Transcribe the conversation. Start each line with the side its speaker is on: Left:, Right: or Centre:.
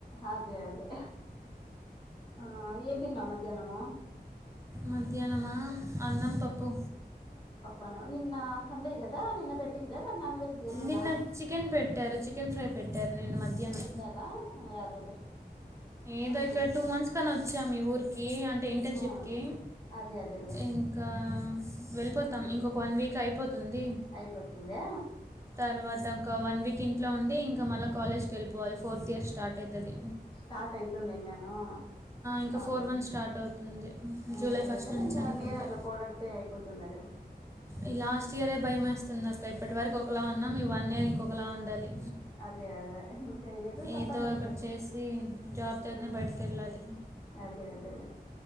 Left: అదే అదే ఆ ఏం తిన్నావ్ మధ్యాహ్నము
Right: మధ్యాహ్నమా అన్నం పప్పు
Left: పప్పన నిన్న సండే కదా నిన్న పెట్టిండ్రా నాన్ వెజ్ ఏమన్నా
Right: నిన్న చికెన్ పెట్టారు చికెన్ ఫ్రై పెట్టారు నేను మధ్యాహ్నం
Left: పెట్టారా యాదోలే
Right: ఏదో
Left: ఆ
Right: ఇక్కడ టూ మంత్స్ పక్కన వచ్చా మీ ఊరికి అంటే ఇంటర్న్షప్కి
Left: ఆ అదే అదేలే
Right: ఇంకా వెళ్ళిపోతాం ఇంకొక వన్ వీక్ అయిపోతుంది
Left: అయిపోతుందా
Right: తరువాత ఒక వన్ వీక్ ఇంట్లో ఉండి ఇంకా మళ్ళా కాలేజ్ వెళ్ళిపోవాలి ఫోర్త్ ఇయర్ స్టార్ట్ అయితది
Left: స్టార్ట్ అయితుంది ఇంగాను
Right: ఇంకా
Left: ఆ
Right: ఫోర్
Left: అండి
Right: వన్ స్టార్ట్ అవుతుంది
Left: ఆ
Right: జూలై ఫస్ట్
Left: ఏదోలే
Right: నుంచి
Left: ఇంక
Right: అనుకుంటా
Left: వన్ ఇయర్ అట్లా పోరాడితే అయిపోతుంది అక్కడ
Right: ఈ లాస్ట్ ఇయరే భయంమేస్తుంది అక్క ఇప్పటివరకు ఒకలా ఉన్నాం మీ వన్ ఇయర్ ఇంకొకలా ఉండాలి
Left: అదే అదే అ ఏదు తప్పదంతే
Right: ఏదో ఒకటి చేసి జాబ్ తోనే
Left: హ
Right: బయటకు వెళ్ళాలి
Left: అదే అదేలే